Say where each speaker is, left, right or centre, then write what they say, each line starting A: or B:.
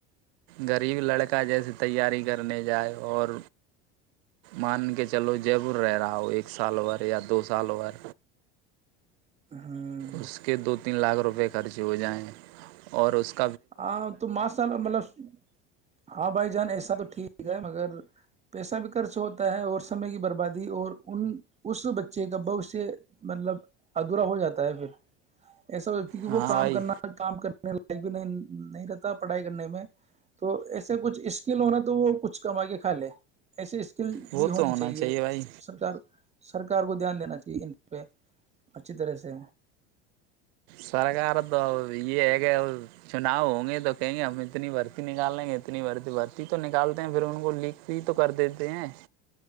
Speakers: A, on the right; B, on the right.
A: غریب لڑکا جیسے تیاری کرنے جائے اور مان کے چلو جبور رہ رہا ہو ایک سال ور یا دو سال ور
B: ہاں
A: اس کے دو تین لاکھ روپئے خرچ ہو جائیں اور اس کے
B: ہاں تو ماشاء اللہ مطلب ہاں بھائی جان ایسا تو ٹھیک ہے مگر پیسہ بھی خرچ ہوتا ہے اور سمے کی بربادی اور ان اس بچے کا بوشیہ مطلب ادھورا ہو جاتا ہے پھر ایسا کیونکہ
A: ہاں
B: وہ کام
A: بھائی
B: کرنا کام کرنے لائ پ نہیں نہیں رہتا پڑھائی کرنے میں تو ایسے کچھ اسکل ہونا تو وہ کچھ کما کے کھا لے ایسے ل
A: وہ
B: بھی ہونی
A: تو ہونا
B: چاہیے
A: بھائی
B: سرکار سرکار کو دھیان دینا چاہیے ان پہ اچھی طرح سے
A: سرکار تو اب یہ ہے کہ چناؤ ہوں گے تو کہیں گے ہم اتنی بھرتی نکال لیں گے اتنی بھر بھرتی تو نکالتے ہیں پھر ان کو لکھ بھی تو کر دیتے ہیں